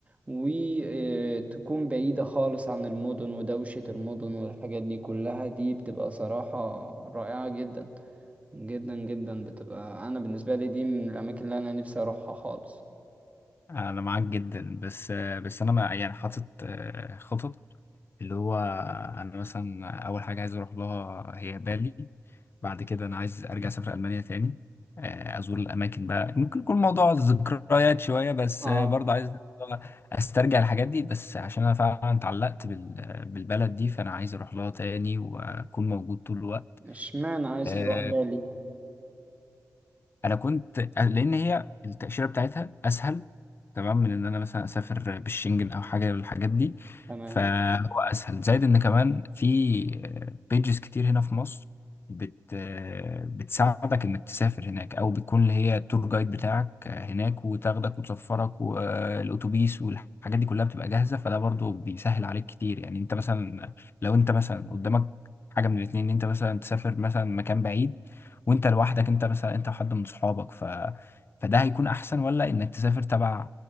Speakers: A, on the right; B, on the left.
A: وتكون بعيدة خالص عن المدن ودوشة المدن والحاجات دي كلها دي بتبقى صراحة رائعة جدا جدا جدا بتبقى انا بالنسبه لي دي من الاماكن اللي انا نفسي اروحها خالص
B: انا معاك جدا بس بس انا ما يعني حاطط آه، خطط اللي هو انا مثلا اول حاجه عايز اروح لها هي بالي بعد كده انا عايز ارجع اسافر المانيا تاني آه، ازور الاماكن بقى ممكن يكون موضوع ذكريات شويه بس
A: اه
B: آه، برضه عايز استرجع الحاجات دي بس عشان انا فعلا اتعلقت بال- بالبلد دي فانا عايز اروح لها تاني واكون موجود طول الوقت
A: اشمعنى عايز
B: آه،
A: تروح بالي
B: انا كنت لان هي التاشيره بتاعتها اسهل تمام من ان انا مثلا اسافر بالشنجن او حاجه من الحاجات دي مم.
A: تمام
B: فهو اسهل زائد ان كمان في بيجز كتير هنا في مصر بت بتساعدك انك تسافر هناك او بتكون اللي هي التور جايد بتاعك هناك وتاخدك وتسفرك والاتوبيس والحاجات دي كلها بتبقى جاهزه فده برضو بيسهل عليك كتير يعني انت مثلا لو انت مثلا قدامك حاجه من الاتنين ان انت مثلا تسافر مثلا مكان بعيد وانت لوحدك انت مثلا انت وحد من صحابك ف... فده هيكون احسن ولا انك تسافر تبع